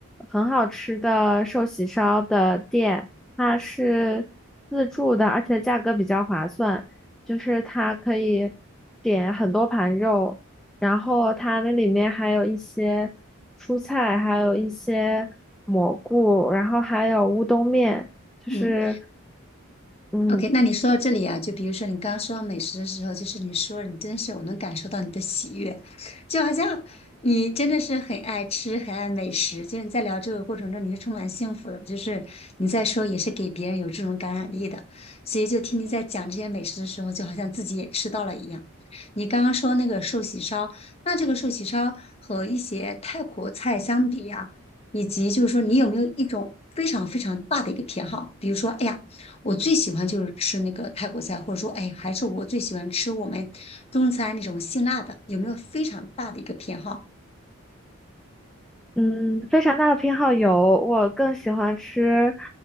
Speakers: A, in the centre; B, on the left.
A: 很好吃的寿喜烧的店，它是自助的，而且价格比较划算，就是它可以点很多盘肉，然后它那里面还有一些蔬菜，还有一些蘑菇，然后还有乌冬面，就是。
B: 嗯。
A: 嗯，
B: OK，那你说到这里啊，就比如说你刚刚说到美食的时候，就是你说你真是我能感受到你的喜悦，就好像你真的是很爱吃、很爱美食，就是你在聊这个过程中你是充满幸福的，就是你在说也是给别人有这种感染力的，所以就听你在讲这些美食的时候，就好像自己也吃到了一样。你刚刚说那个寿喜烧，那这个寿喜烧和一些泰国菜相比呀、以及就是说，你有没有一种非常非常大的一个偏好？比如说，哎呀，我最喜欢就是吃那个泰国菜，或者说，哎，还是我最喜欢吃我们中餐那种辛辣的，有没有非常大的一个偏好？
A: 嗯，非常大的偏好有，我更喜欢吃，